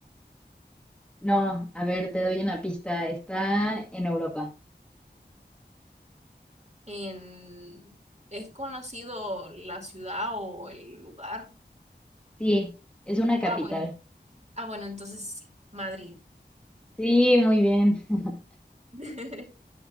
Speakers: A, in the centre; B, on the right.
A: No, a ver, te doy una pista. Está en Europa.
B: en, es conocido la ciudad o el lugar.
A: Sí, es una capital.
B: Ah, bueno, ah, bueno, entonces sí, Madrid.
A: Sí, muy bien. <laughs>
B: <laughs>